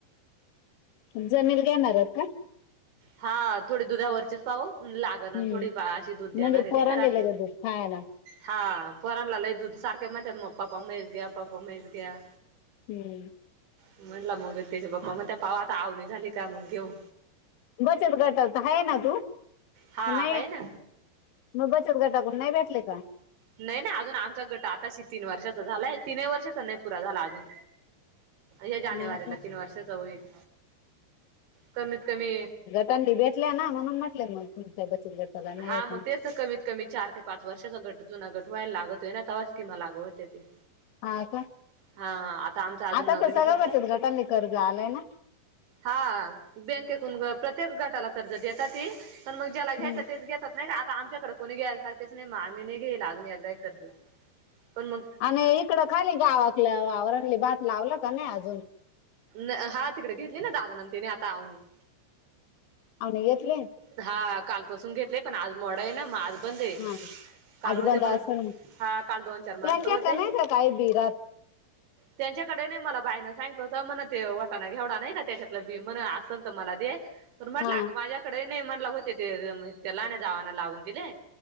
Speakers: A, on the left; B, on the right.
A: जमील घेणार यत का?
B: हा थोडी दुधावरचीच पाहू लाग ना
A: हम्म.
B: थोडी अशी दूध देणारे
A: म्हणजे पोरांनी
B: नाही का रहाते.
A: लगेच दूध खायला
B: हा पोराला लई दुध सारखे म्हणत्यात मग पाप्पा म्हैस घ्या पाप्पा म्हैस घ्या.
A: हम्म.
B: म्हणला मग त्याचे पप्पा म्हणत्या पाव आता आवनी झाली का मग घेऊ.
A: बचत गटात हाय ना तू का
B: हा
A: नाही
B: आहे
A: य?
B: ना.
A: मग बचत गटाकडून नाही भेटले का?
B: नाही नाही अजून आमचा गट आताशी तीन वर्षाचा झालाय तीनही वर्षाचा नाही पुरा झाला अजून. या जानेवारीला
A: हा का
B: तीन वर्षाच होईल कमीत कमी
A: त्यांनी भेटल्या ना म्हणून म्हटले मग तुमच्या बचत गटाला नाही
B: हा
A: ये
B: मग
A: का?
B: तेच कमीत कमी चार ते पाच वर्षाचा गट जुना गट व्हायला लागतोय ना तवा स्कीमा लागु होत्याय ते.
A: हा का
B: हा हा आता आमचा अजून
A: आता
B: नवीनच
A: तर सगळ्या
B: होता.
A: बचत गटांनी कर्ज आलंय ना
B: हा बँकेतून प्रत्येक गटाला कर्ज देता ते पण मग ज्याला घ्यायच
A: हम्म.
B: त्या तेच घेतात नाही का आता आमच्याकडे कोणी घ्याय सारखेच नाही आम्ही नाही घेईल अजून एकदा कर्ज पण म
A: आणि इकडं खाली गावातलं वावरले भात लावलं का नाही अजून?
B: ना हा तिकडे घेतली ना दादाना त्याने आहो नीं.
A: आवणी घेेतली?
B: हा कालपासून घेतले पण आज मड आय ना मग आज बंदय.
A: हा
B: काल
A: आज
B: होते
A: बंद
B: म्हणत
A: असेल
B: हा काल दोन चार माणस
A: त्याच्या
B: होते.
A: का नाही का काही बिरात
B: त्यांच्याकडे नही मला बाईनं सांगितलं होत म्हण ते वटाणा घेवडा नाही का त्याच्या त बी म्हण असेल त मला दे पण म्हटल
A: हा
B: आग माझ्या नाही म्हणला होते ते लाहान्या गावाना लावून दिले.